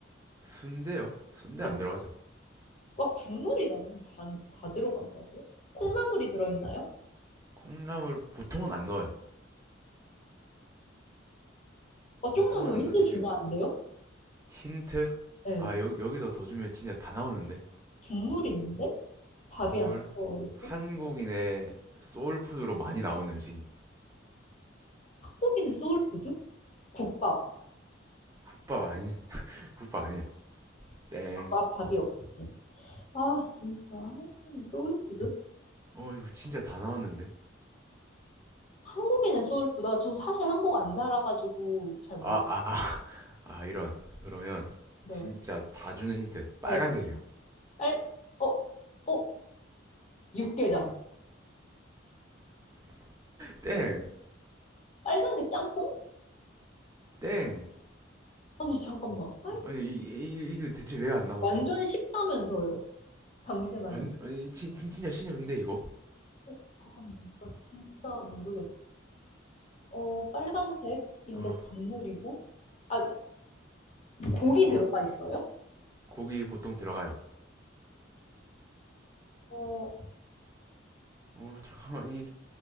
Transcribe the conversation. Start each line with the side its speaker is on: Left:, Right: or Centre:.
Right: 순대요? 순대
Left: 네.
Right: 안 들어가죠.
Left: 와 국물이 나는 다, 다 들어간다고요? 콩나물이 들어있나요?
Right: 콩나물 보통은 안 넣어요.
Left: 아 좀만
Right: 보통은
Left: 더
Right: 안
Left: 힌트
Right: 넣지
Left: 주면
Right: 이는
Left: 안 돼요?
Right: 힌트?
Left: 네.
Right: 아, 여, 여기서 더 주면 진짜 다 나오는데?
Left: 국물 있는데 밥이
Right: 국물?
Left: 안 들어있고
Right: 한국인의 소울푸드로 많이 나오는 음식인.
Left: 한국인의 소울푸드? 국밥.
Right: 국밥 아니, <laughs> 국밥 아니에요. 땡.
Left: 아 밥이 없지. 아 진짜 한국인의 소울푸드?
Right: 어, 이거 진짜 다 나왔는데?
Left: 한국인의 소울푸드. 아, 저 사실 한국 안 살아가지고 잘 몰.
Right: 아, 아, 아, 아, 이런. 그러면
Left: 네.
Right: 진짜 다 주는 힌트. 빨간색이요.
Left: 네. 빨. 어. 어. 육개장.
Right: 땡!
Left: 빨간색 짬뽕?
Right: 땡!
Left: 아니 잠깐만. 빨...
Right: 아니, 이, 이, 이- 게 대체 왜 안 나오지?
Left: 완전 쉽다면서요. 잠시만요.
Right: 완, 아니, 진, 진, 진짜 신이었는데, 이거?
Left: 어, 잠깐만. 나 진짜 모르겠어. 어, 빨간색인데
Right: 아,
Left: 국물이고. 아, 고기
Right: 어?
Left: 들어가 있어요?
Right: 고기 보통 들어가요.
Left: 어,
Right: 어, 잠깐만, 이,